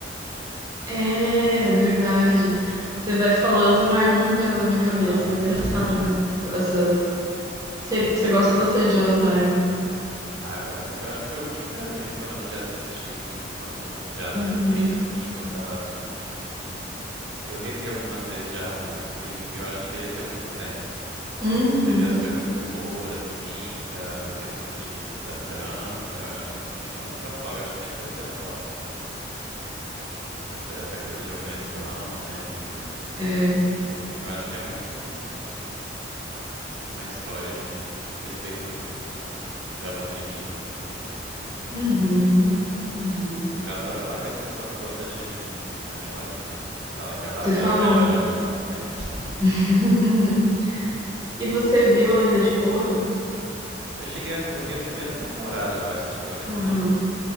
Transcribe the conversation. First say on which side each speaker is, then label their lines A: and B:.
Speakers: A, on the right; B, on the right.
A: É, é verdade. Você vai falando, vai montando na minha cabeça.
B: Aham.
A: É Engraçado,
B: <laughs>
A: né? Essas. Você você gosta bastante de Avatar, né?
B: Ah, é bastante. Eu acho que foi o último desenho que eu lembro de assistir, assim, enquanto já adolescente,
A: Uhum.
B: assim, e gostar bastante. E, e eu revi algumas vezes já adulto e eu acho que envelheceu muito bem, assim. É,
A: Uhum.
B: você vê as coisas
A: Uhum.
B: do humor, assim, da- das questões de, das tramas, eu acho que continua muito atual. Eu acho que sempre vai ser atual, porque Essa, essa coisa de opressão, né? De.
A: É.
B: Não sei. Eu acho que é muito um- uma história de. que respeita o, a- o lugar do oprimido, assim, sabe? E, e
A: Uhum. Uhum.
B: eu adoro falar com esse pessoal que gosta de anime, inclusive, né? Eu te falei de falar que Avatar
A: Você falou.
B: é o melhor anime que tem. <laughs>
A: <laughs> E você viu A Lenda de Korra?
B: Eu cheguei a, Eu vi a primeira temporada, eu acho. Você chegou a ver
A: Aham.
B: também?